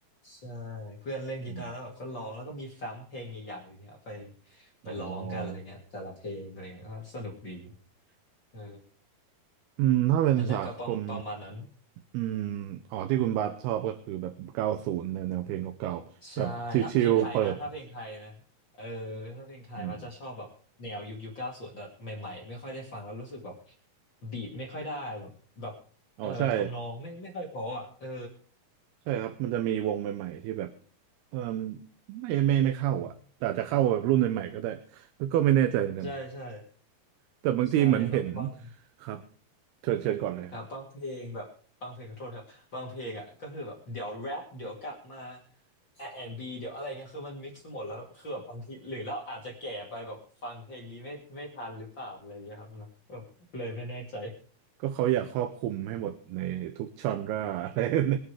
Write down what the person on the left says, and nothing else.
ใช่เพื่อนเล่นกีตาร์แล้วแบบก็ร้องแล้วก็มีซ้ำเพลงใหญ่ๆอย่างเงี้ยไป
ไปร้องกันอะไรเงี้ยแต่ละเพลงอะไรเงี้ยก็สนุกดี
เออ
นั่นแหละก็ประประมาณนั้น
ใช่ถ้าเพลงไทยนะถ้าเพลงไทยนะเออถ้าเพลงไทยมันจะชอบแบบแนวยุคยุคเก้าศูนย์แบบใหม่ๆไม่ค่อยได้ฟังแล้วรู้สึกแบบ
บีทไม่ค่อยได้แบบแบบเออทำนองไม่ไม่ค่อยเพออ่ะเออ
ใช่ใช่
ใช่แบบบาง
ครับบางเพลงแบบบางเพลงขอโทษครับบางเพลงอ่ะก็คือแบบเดี๋ยวแรปเดี๋ยวกลับมา r ีเดี๋ยวอะไรเงี้ยคือมันมิกซ์หมดแล้วคือแบบบางทีหรือเราอาจจะแก่ไปแบบฟังเพลงนี้ไม่ไม่ทันหรือเปล่าอะไรเงี้ยครับเนาะแบบเลยไม่แน่ใจ